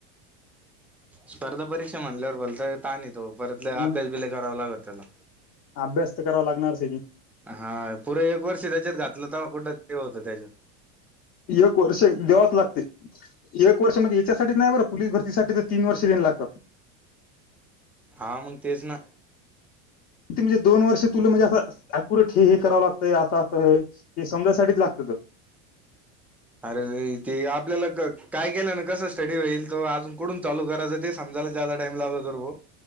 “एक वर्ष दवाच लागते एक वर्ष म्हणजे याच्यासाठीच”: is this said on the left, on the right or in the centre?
Left